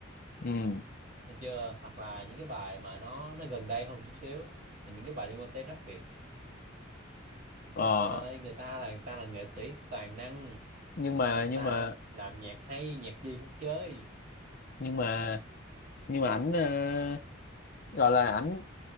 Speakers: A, on the left; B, on the right.
A: ừ
B: được chưa hoặc là những cái bài mà nó nó gần đây hơn một chút xíu là những cái bài liên quan tới rap Việt
A: ờ
B: trời ơi người ta là người ta là nghệ sĩ toàn năng
A: nhưng mà
B: người
A: nhưng
B: ta
A: mà
B: làm nhạc hay nhạc gì cũng chơi
A: nhưng mà nhưng mà ảnh ờ, gọi là ảnh